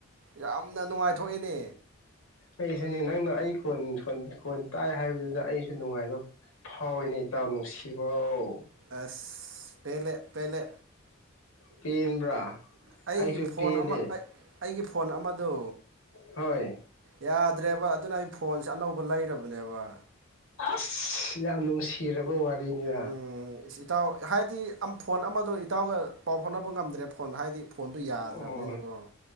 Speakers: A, on the right (about 65°); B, on the left (about 85°).
A: ꯌꯥꯝꯅ ꯅꯨꯡꯉꯥꯏꯊꯣꯛꯏꯅꯦ
B: ꯑꯩꯁꯦꯅꯦ ꯅꯪꯅ ꯑꯩ ꯈꯣꯟ ꯈꯣꯟ ꯈꯣꯟ ꯇꯥꯏ ꯍꯥꯏꯕꯗꯨꯗ ꯑꯩꯁꯨ ꯅꯨꯡꯉꯥꯏꯕ ꯐꯥꯎꯏꯅꯦ ꯏꯇꯥꯎ ꯅꯨꯡꯁꯤꯕꯧ
A: ꯑ꯭ꯁꯥ ꯄꯦꯂꯦ ꯄꯦꯂꯦ
B: ꯄꯦꯟꯕ꯭ꯔꯥ
A: ꯑꯩꯒꯤ
B: ꯑꯩꯁꯨ
A: ꯐꯣꯟ
B: ꯄꯦꯜꯂꯦ
A: ꯑꯃ ꯑꯩ ꯑꯩꯒꯤ ꯐꯣꯟ ꯑꯃꯗꯨ
B: ꯍꯣꯏ
A: ꯌꯥꯗ꯭ꯔꯦꯕ ꯑꯗꯨꯅ ꯑꯩ ꯐꯣꯟꯁꯦ ꯑꯅꯧꯕ ꯂꯩꯔꯕꯅꯦꯕ
B: ꯑꯁ ꯌꯥꯝ ꯅꯨꯡꯁꯤꯔꯕ ꯋꯥꯔꯤꯅꯤꯅ
A: ꯎꯝ ꯏꯁ ꯏꯇꯥꯎ ꯍꯥꯏꯗꯤ ꯐꯣꯟ ꯑꯃꯗꯣ ꯏꯇꯥꯎꯒ ꯄꯥꯎ ꯐꯥꯎꯅꯕ ꯉꯝꯗ꯭ꯔꯦ ꯐꯣꯟꯗ ꯍꯥꯏꯗꯤ ꯐꯣꯟꯗꯨꯣ ꯌꯥꯗ꯭ꯔꯕꯅꯤꯅꯀꯣ
B: ꯑꯣ